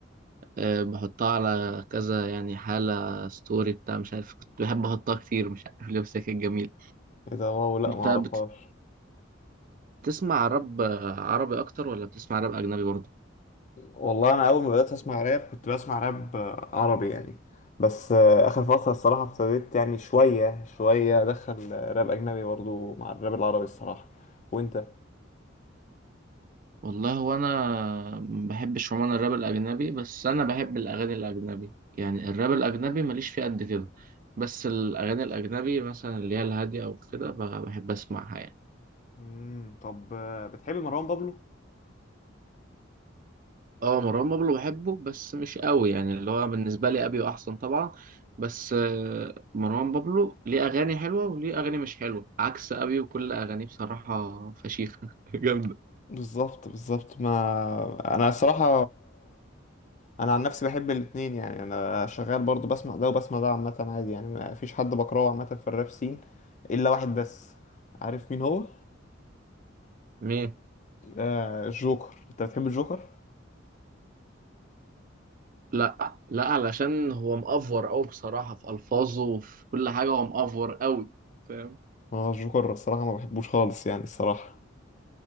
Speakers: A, on the right; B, on the left.
A: آه، بحطها على كذا يعني حالة ستوري بتاع مش عارف كنت بحب أحطها كتير مش عارف ليه بس هي كانت جميلة
B: ايه ده واو لا
A: أنت
B: ما اعرفهاش
A: بت... بتسمع راب آه، عربي أكتر ولا بتسمع راب أجنبي برضه؟
B: والله انا اول ما بدات اسمع راب كنت بسمع راب آه، عربي يعني بس آه، اخر فتره الصراحه ابتديت يعني شويه شويه ادخل آه، راب اجنبي برضو مع الراب العربي الصراحه وانت
A: والله هو أنا ما بحبش عموما الراب الأجنبي بس أنا بحب الأغاني الأجنبي يعني الراب الأجنبي ماليش فيه قد كده بس الأغاني الأجنبي مثلا اللي هي الهادية أو كده ب- بحب أسمعها يعني.
B: امم طب آه، بتحب مروان بابلو
A: اه مروان بابلو بحبه بس مش قوي يعني اللي هو بالنسبة لي أبيو أحسن طبعا بس آه، مروان بابلو ليه أغاني حلوة وليه أغاني مش حلوة عكس أبيو كل أغانيه بصراحة فشيخة <laughs> جامدة
B: بالظبط بالظبط ما انا الصراحه انا عن نفسي بحب الاتنين يعني انا شغال برضو بسمع ده وبسمع ده عامه عادي يعني ما فيش حد بكرهه عامه في الراب سين الا واحد بس عارف مين هو
A: ليه؟
B: آه الجوكر انت بتحب الجوكر
A: لا لا علشان هو مأفور أوي بصراحة في ألفاظه وفي كل حاجة هو مأفور أوي فاهم
B: ما الجوكر الصراحه ما بحبوش خالص يعني الصراحه